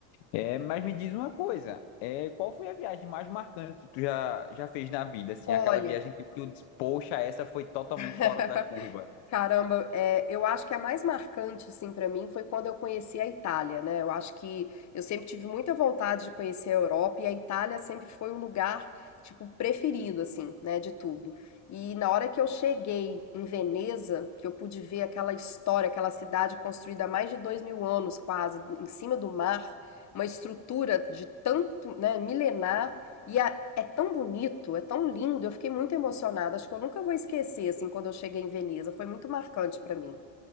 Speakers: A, on the left; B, on the left.
A: É, mas me diz uma coisa, é, qual foi a viagem mais marcante que tu já, já fez na vida? Assim,
B: Olha,
A: aquela viagem que tu disse, poxa, essa foi totalmente
B: <laughs>
A: fora da curva.
B: Caramba, eh, eu acho que a mais marcante, assim, pra mim foi quando eu conheci a Itália, né? Eu acho que eu sempre tive muita vontade de conhecer a Europa e a Itália sempre foi o lugar, tipo, preferido, assim, né, de tudo. E na hora que eu cheguei em Veneza, que eu pude ver aquela história, aquela cidade construída há mais de dois mil anos, quase, em cima do mar, uma estrutura de tanto, né, milenar. E a- é tão bonito, é tão lindo, eu fiquei muito emocionada, acho que eu nunca vou esquecer, assim, quando eu cheguei em Veneza, foi muito marcante pra mim.